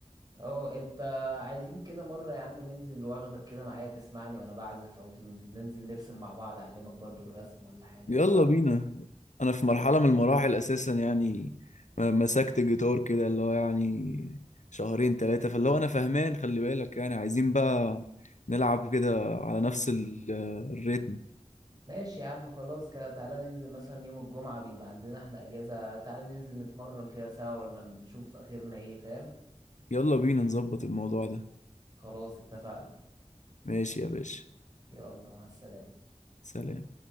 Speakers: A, on the right; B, on the left.
A: اه انت عايزين كده مرة يا عم ننزل واخدك كده معايا تسمعني وانا بعزف او تن- ننزل نرسم مع بعض اعلمك برضو الرسم ولا حاجة
B: يلا
A: انت
B: بينا
A: ف-
B: انا في مرحلة من المراحل اساسا يعني م- مسكت الجيتار كده اللي هو يعني شهرين ثلاثة فاللي هو انا فهمان خلي بالك يعني عايزين بقى نلعب كده على نفس ال- الريتم
A: ماشي يا عم خلاص كده تعالى ننزل مثلا يوم الجمعة بيبقى عندنا احنا اجازة تعالى ننزل نتمرن كده سوا ولا نشوف اخرنا ايه فاهم
B: يلا بينا نظبط الموضوع ده
A: خلاص اتفقنا
B: ماشي يا باشا
A: يلا مع السلامة
B: سلام